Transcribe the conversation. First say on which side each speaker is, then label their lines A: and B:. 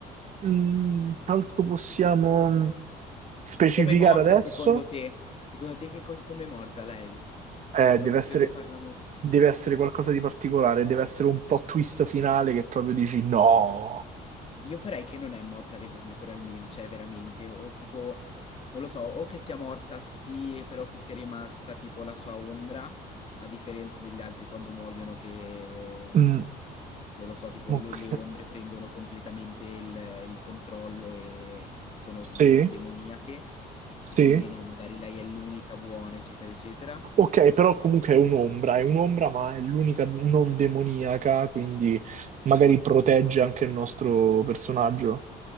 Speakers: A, on the right (about 45°); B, on the left (about 35°).
A: Mm, che altro possiamo mm, specificare
B: Com'è morta
A: adesso?
B: secondo te? Secondo te che cosa, com'è morta lei?
A: Eh,
B: Cioè, come
A: deve
B: potremmo
A: essere,
B: farla morire?
A: deve essere qualcosa di particolare, deve essere un plot twist finale che proprio dici no.
B: Io farei che non è morta letteralmente, cioè veramente, o tipo, non lo so, o che sia morta sì, e però che sia rimasta tipo la sua ombra, a differenza degli altri quando muoiono che,
A: Mm,
B: non lo so, tipo
A: ok,
B: le, le ombre prendono completamente il, il controllo e sono
A: sì,
B: mm, demoniache,
A: sì.
B: e quindi no, magari lei è l'unica buona, eccetera, eccetera.
A: Ok, però comunque è un'ombra, è un'ombra, ma è l'unica non demoniaca, quindi magari protegge anche il nostro personaggio.